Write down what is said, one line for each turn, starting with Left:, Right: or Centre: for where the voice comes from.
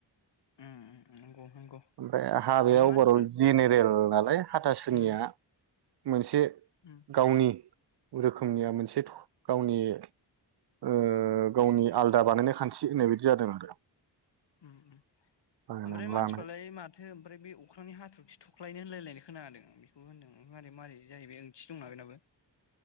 Left: उम नंगौ नंगौ
Right: ओमफ्राय हाबायाबाराव
Left: ओमफ्राय मानसिफ्रा
Right: जेनेरेल
Left: औ
Right: नालाय हाथाास जोंनिया
Left: उम
Right: ब से
Left: उम
Right: गावनि रोखोमनिया मोनसे गावनि ओ गावनि आलदा बानायनाय खान्थि होननाय बायदि जादों आरो
Left: ओम ओम
Right: बानायनानै
Left: ओमफ्राय मानसिफ्रालाय
Right: लानाय
Left: माथो ओमफ्राय बे अख्रांनि हाथरखि थ' ख्लायनो होनलायलायनाय खोनादों बेखौ होनदों मारै मारै जायो बे ओंथि दंना बेनाबो?